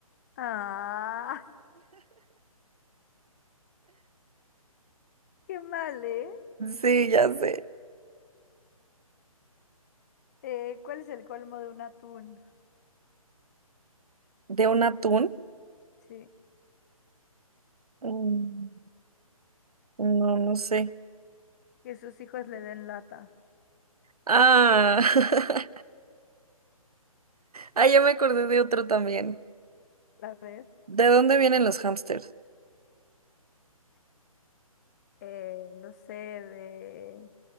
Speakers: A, on the left (about 30°); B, on the right (about 80°).
A: Ah, <laughs> qué mal, ¿eh?
B: Sí, ya sé.
A: Eh, ¿cuál es el colmo de un atún?
B: ¿De un atún?
A: Sí,
B: Mm, No, no sé.
A: que sus hijos le den lata.
B: Ah. <laughs> Ah, ya me acordé de otro también.
A: A ver,
B: ¿De dónde vienen los hámsters?
A: eh, no sé, de